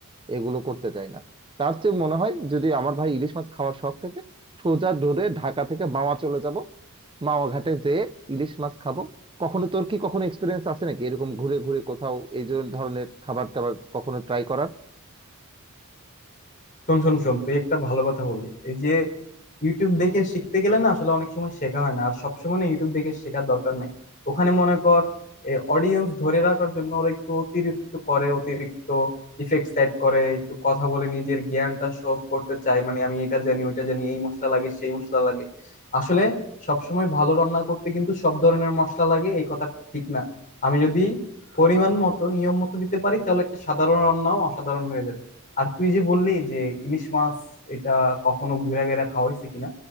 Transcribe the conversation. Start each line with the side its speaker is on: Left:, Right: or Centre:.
Right: এগুলো করতে চাই না তার চেয়ে মনে হয় যদি আমার ভাই ইলিশ মাছ খাওয়ার শখ থেকে সোজা ধরে ঢাকা থেকে মাওয়া চলে যাব মাওয়া ঘাটে যেয়ে ইলিশ মাছ খাবো কখনো তোর কি কখনো এক্সপিরিয়েন্স আছে নাকি এরকম ঘুরে ঘুরে কোথাও এই যে ধরনের খাবার টাবার কখনো ট্রাই করার
Left: শোন শোন শোন তুই একটা ভালো কথা বললি এই যে ইউটিউব দেখে শিখতে গেলে না আসলে অনেক সময় শেখা হয় না আর সবসময় না ইউটিউব দেখে শেখার দরকার নাই ওখানে মনে কর অডিয়েন্স ধরে রাখার জন্য ওরা একটু অতিরিক্ত করে অতিরিক্ত ইফেক্ট সেট করে একটু কথা বলে নিজের জ্ঞানটা শো অফ করতে চায় মানে আমি এটা জানি ওইটা জানি এই মশলা লাগে সেই মশলা লাগে আসলে সবসময় ভালো রান্না করতে কিন্তু সব ধরনের মশলা লাগে এই কথাটা ঠিক না আমি যদি পরিমাণ মতো নিয়ম মতো দিতে পারি তাহলে একটা সাধারণ রান্নাও অসাধারণ হয়ে যাবে আর তুই যে বললি যে ইলিশ মাছ এটা কখনো ঘুরা ঘেরা খাওয়া হয়েছে কিনা